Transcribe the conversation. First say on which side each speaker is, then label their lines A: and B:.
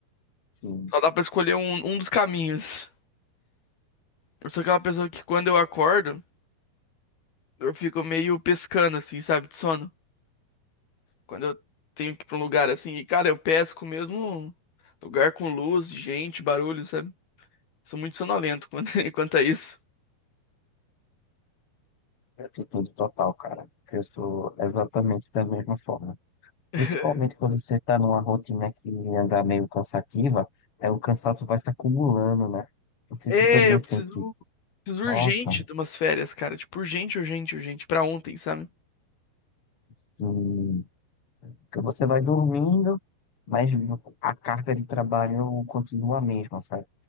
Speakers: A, on the left; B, on the left.
A: sim.
B: Só dá pra escolher um, um dos caminhos. Eu sou aquela pessoa que quando eu acordo, eu fico meio pescando, assim, sabe, de sono. Quando eu tenho que ir pra um lugar assim, e cara, eu pesco mesmo lugar com luz, gente, barulho, sabe? Sou muito sonolento quanto <laughs> quanto a isso.
A: Atitude total, cara. Eu sou exatamente da mesma forma.
B: <laughs>
A: Principalmente quando você está numa rotina que anda meio cansativa, é, o cansaço vai se acumulando, né? Você
B: É,
A: também
B: eu
A: sente,
B: preciso.
A: isso.
B: Preciso
A: nossa,
B: urgente de umas férias, cara. Tipo, urgente, urgente, urgente. Pra ontem, sabe?
A: assim, que você vai dormindo, mas a carga de trabalho continua a mesma, sabe?